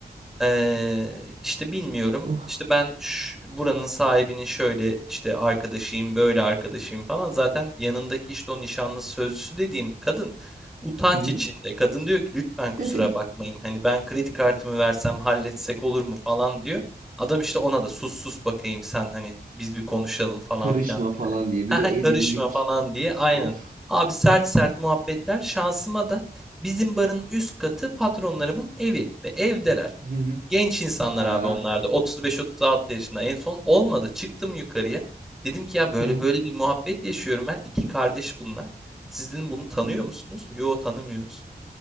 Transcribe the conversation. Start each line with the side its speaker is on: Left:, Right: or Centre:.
Centre: Eee, işte bilmiyorum.
Right: Of.
Centre: İşte ben ş- buranın sahibinin şöyle işte arkadaşıyım, böyle arkadaşıyım falan. Zaten yanındaki işte o nişanlısı sözlüsü dediğim kadın utanç
Right: Hı hı
Centre: içinde. Kadın diyor ki lütfen
Right: <laughs>
Centre: kusura bakmayın. Hani ben kredi kartımı versem halletsek olur mu falan diyor. Adam işte ona da sus sus bakayım sen hani biz bir konuşalım falan
Right: Karışma
Centre: filan
Right: falan
Centre: diye böyle.
Right: diye.
Centre: "Ha
Right: Bir de
Centre: ha,
Right: erillik.
Centre: Karışma falan diye aynen.
Right: Of.
Centre: Abi sert sert muhabbetler şansıma da bizim barın üst katı patronlarımın evi ve evdeler.
Right: Hı hı.
Centre: Genç insanlar
Right: Aa.
Centre: abi onlar da 35-36 yaşında en son olmadı. Çıktım yukarıya. Dedim ki ya böyle
Right: Hı hı.
Centre: böyle bir muhabbet yaşıyorum ben. İki kardeş bunlar. Siz dedim bunu tanıyor
Right: Hı.
Centre: musunuz? Yo tanımıyoruz.